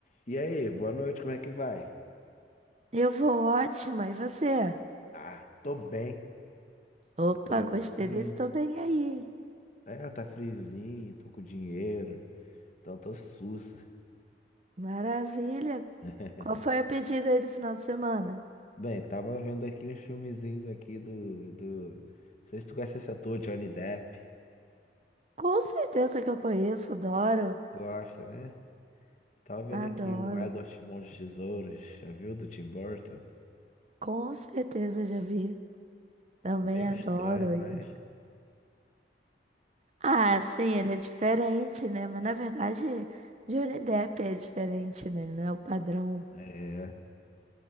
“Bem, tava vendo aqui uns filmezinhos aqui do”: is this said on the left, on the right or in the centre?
Left